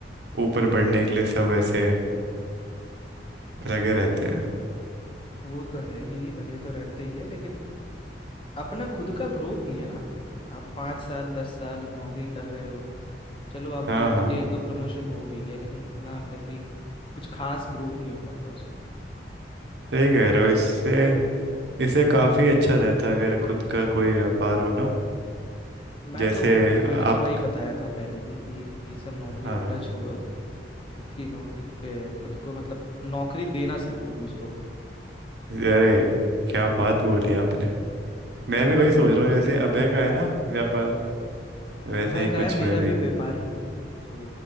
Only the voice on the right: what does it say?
ऊपर बढ़ने के लिए सब ऐसे लगे रहते हैं
हाँ
हाँ।
सही कह रहे हो इससे इससे काफी अच्छा रहता है अगर खुद का कोई व्यापार हो ना
जैसे
आप
हाँ
हाँ
अरे क्या बात बोली आपने मैं भी वही सोच रहा हूँ जैसे अभय का है ना व्यापार वैसा
ही
कुछ
मैं भी